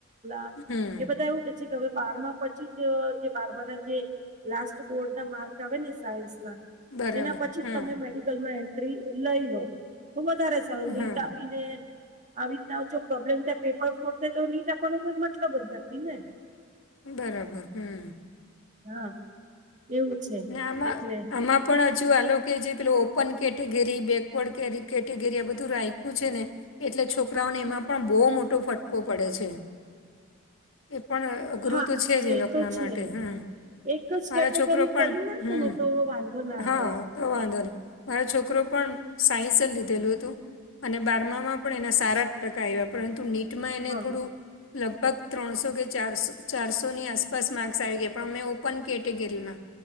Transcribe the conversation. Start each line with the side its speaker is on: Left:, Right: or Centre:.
Right: <unintelligible>
Left: હમ
Right: એ બધા એવું કે છે, કે હવે બારમાં પછી જ બાર ના જે લાસ્ટ બોર્ડના માર્ક આવે ને સાયન્સમાં
Left: બરાબર
Right: એના પછી જ
Left: હમ
Right: તમે મેડિકલમાં એન્ટ્રી લઈ લો તો વધારે સારું નીટ
Left: હા
Right: આપીને આવી રીતના જો પ્રોબ્લેમ થાય પેપર ફોડ થાય, તો નીટ આપવાનો કોઈ મતલબ જ નથી ને?
Left: બરાબર, હમ્મ.
Right: હા, એવું છે.
Left: ના,
Right: એટલે
Left: આમાં પણ હજુ આલો કે જે પે ઓપન કેટેગરી બેકવર્ડ કેટેગરી આ બધું રાખ્યું છે ને એટલે છોકરાઓને એમાં પણ બહુ મોટો ફટકો પડે છે, એ પણ અઘરું
Right: હા
Left: તો છે જ એ લોકોના
Right: તો છે
Left: માટે, હા
Right: એક જ
Left: મારા
Right: કેટેગરી
Left: છોકરો પણ
Right: કરી નાખે
Left: હમ
Right: ને તો વાંધો ના
Left: હા
Right: આવે.
Left: તો વાંધો નહી મારા છોકરો પણ સાયન્સ લીધેલું હતું. અને બારમામાં પણ એના સારા ટકા આવ્યા પરંતુ નીટમાં એને
Right: હા
Left: થોડું લગભગ ત્રણસો કે ચારસોની આસપાસ માર્ક્સ આવી ગયા પણ અમે ઓપન કેટેગરીમાં